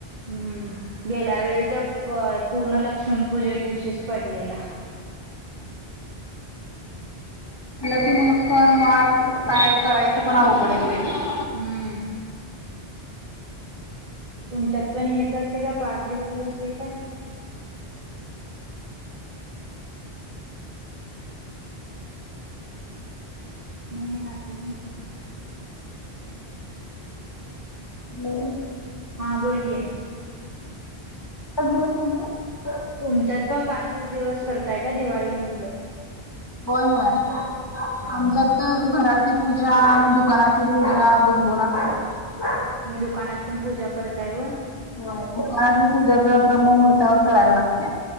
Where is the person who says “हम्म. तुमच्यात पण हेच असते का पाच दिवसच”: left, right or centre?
Right